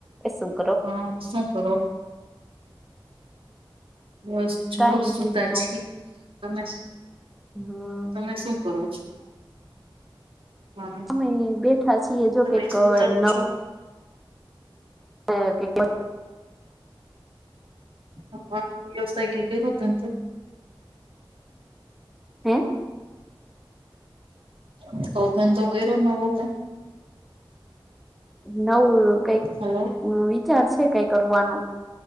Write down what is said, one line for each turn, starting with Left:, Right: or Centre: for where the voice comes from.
Centre: એસું.
Right: હા શું કરો? બસ. જોબ
Centre: કઈ
Right: શું
Centre: નહી
Right: તા છે આમાં
Centre: હા.
Right: તમે શું કરો છો? હા
Centre: અમે અહીયે બેઠા છીએ, જો
Right: તમે
Centre: કે કંઇ
Right: સુતા જ
Centre: ન
Right: છો
Centre: હ. કેટલો
Right: હ વ્યવસાય કે કંઇ કર્યુંતું. <inaudible>
Centre: હું.
Right: હ તો ધંધો કર્યો નવો કંઇ.
Centre: નવ કઈક
Right: હલો
Centre: મુવી વિચાર છે કઈ કરવાનો.